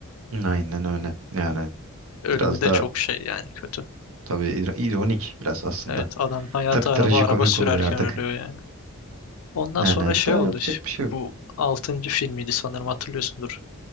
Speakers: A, on the right; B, on the left.
A: Aynen öyle. Yani
B: Ölümü
A: biraz
B: de
A: da
B: çok şey yani kötü.
A: tabii ir- ironik biraz aslında.
B: Evet adam hayata
A: Tabii
B: araba,
A: trajikomik
B: araba sürerken
A: oluyor artık.
B: ölüyor yani. Ondan
A: Yani
B: sonra şey
A: daha
B: oldu.
A: yapacak bir şey yok.
B: Bu altıncı filmiydi sanırım hatırlıyorsundur.